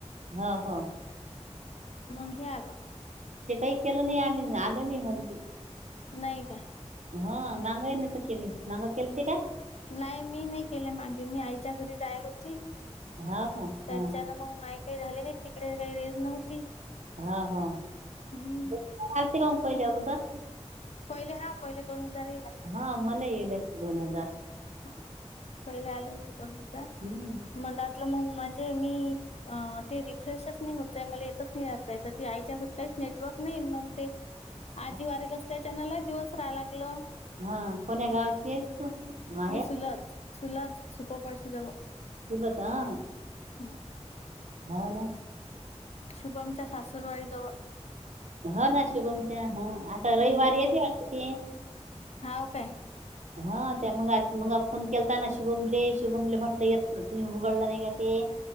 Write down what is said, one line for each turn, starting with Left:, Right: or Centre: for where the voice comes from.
Right: हा हा.
Left: मग हे आल.
Right: ते काही केलं नाही आम्ही आल नाही मला ते
Left: नाही काय?
Right: हा मांगाई नाही तर केले मांगा केल ते का?
Left: नाही मी नाही केले मागे मी आईच्या घरी जायला होती
Right: हो का हा
Left: त्याच्यान मग माही काही झाले नाही तिकडे काही रेज नव्हती.
Right: हाहा
Left: हम्म.
Right: दोन हजार आलतिका <unintelligible> पाहिलं अगोदर
Left: पहिले हा पहिले दोन हजार येला.
Right: हा मला येलेत दोन हजार.
Left: हा पहिले आले होते दोन हजार.
Right: हम्म.
Left: मग त्यातलं मग म्हणजे मी अ ते रिफ्रेशच नाही होत जा मला येतच नाही यात तर ती आईच्या घरी काही नेटवर्क नाही मग ते
Right: <inaudible>
Left: आजी वारीेत असल्याच्यानला दिवस रहा लागलं.
Right: हा कोण्या गावाची आहेस तू? माहेर
Left: मी सुलाच सुलाच सुपरपडशीजवळ
Right: चुलत हा.
Left: हम.
Right: हा ना.
Left: शुभमच्या सासुरवाडी जवळ.
Right: ह ना शुभमच्या हा आता
Left: हम्म
Right: रविवार येते वाटते ते?
Left: हाव काय?
Right: ह त्या मग मघा फोन केलता ना शुभमले शुभमले म्हटलं येत ना तुम्ही उघडला नाही का ते <unintelligible>